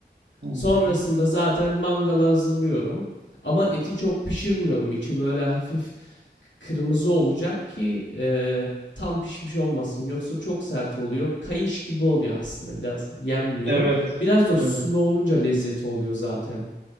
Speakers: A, on the right (about 70°); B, on the left (about 85°).
A: hı.
B: Sonrasında
A: hı.
B: zaten mangala hazırlıyorum. Ama eti çok pişirmiyorum. İçi böyle hafif kırmızı olacak ki e, tam pişmiş olmasın. Yoksa çok sert oluyor. Kayış gibi oluyor aslında biraz yenmiyor.
A: Evet,
B: Biraz da sulu
A: evet,
B: olunca lezzeti oluyor zaten.